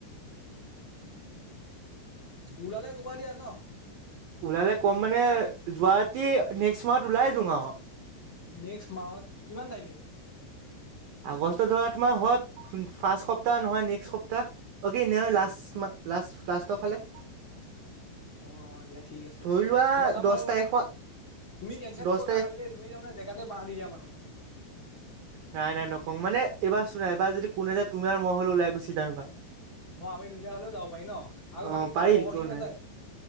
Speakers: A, on the left (about 35°); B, on the right (about 75°).
A: ওলালে ক'বা দিয়া ন।
B: ওলালে ক'ম মানে, যোৱা ৰাতি নেক্সট মাহত ওলাই দিও আৰু।
A: নেক্সট মাহত কিমান তাৰিখে।
B: আগষ্ট ধৰা তোমাৰ হয় ফাৰ্ষ্ট সপ্তা নহয় নেক্স সপ্তাহ অ কি। লাষ্টৰ ফালে।
A: অ দিয়া ঠিক আছে
B: ধৰি লোৱা
A: মই যাম
B: দহ
A: বাৰু।
B: তাৰিখৰ
A: তুমি চেঞ্চেল
B: দহ
A: নকৰিবা
B: তাৰিখ
A: খালি দেই তুমি জেগাতে বাঁহ দি দিয়া মানুহ।
B: নাই নাই নকওঁ মানে এইবাৰ চোৱা এইবাৰ যদি কোনে যে তোমাৰ মই হ'লেও ওলাই গুচি যাম এইবাৰ।
A: অ' আমি দুইটা হ'লেও যাব পাৰি ন' আৰু
B: অ
A: বাকী তোমাৰ
B: পাৰি
A: লগৰ
B: কিয়
A: খিনি
B: নোৱাৰি
A: নাযায়?